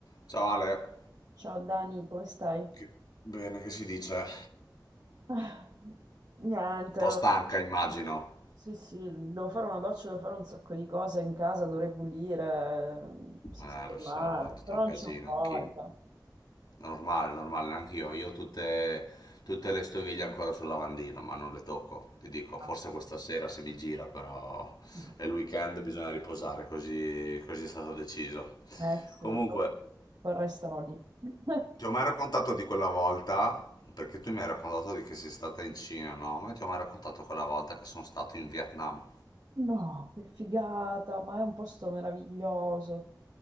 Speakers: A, on the left (about 65°); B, on the right (about 55°).
A: Ciao Ale,
B: Ciao Dani, come stai? <laughs>
A: Che- Bene, che si dice?
B: Ah, Niente,
A: un po' stanca immagino.
B: sì, sì, devo fare una doccia, devo fare un sacco di cose in casa, dovrei pulire, mm, sistemare,
A: Eh, lo so, è tutto
B: però
A: un casino
B: non c'ho voglia.
A: anch'io. Normale, normale, anch'io. Io ho tutte, tutte le stoviglie ancora sul lavandino, ma non le tocco. Ti dico, forse
B: Ah,
A: questa sera se mi gira, però
B: ah.
A: è il weekend, bisogna riposare, così, così è stato deciso.
B: Eh sì,
A: Comunque,
B: però poi restano lì. <laughs>
A: ti ho mai raccontato di quella volta, perché tu mi hai raccontato di che sei stata in Cina, no? Ma io ti ho mai raccontato quella volta che sono stato in Vietnam.
B: No, che figata, ma è un posto meraviglioso.